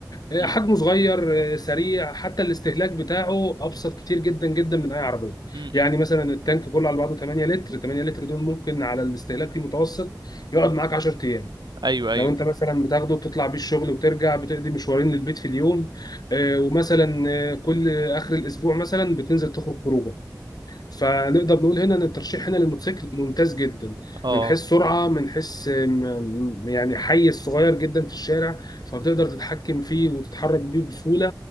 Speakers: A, on the left; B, on the right.
A: حجمه
B: امم
A: صغير سريع حتى الاستهلاك بتاعه أبسط كتير جدا جدا من أي عربية
B: امم
A: يعني مثلا التانك كله على بعضه 8 لتر 8 لتر دول ممكن على الاستهلاك المتوسط يقعد معاك 10 أيام
B: ايوه ايوه
A: لو انت مثلا بتاخده بتطلع بيه الشغل وترجع بتقضي مشوارين للبيت في اليوم آه، ومثلا آه، كل اخر الاسبوع مثلا بتنزل تخرج خروجه فنقدر نقول هنا ان الترشيح هنا للموتوسيكل ممتاز جدا
B: اه
A: من حيث سرعه من حيث م- م- يعني حيز صغير جدا في الشارع فبتقدر تتحكم فيه وتتحرك بيه بسهوله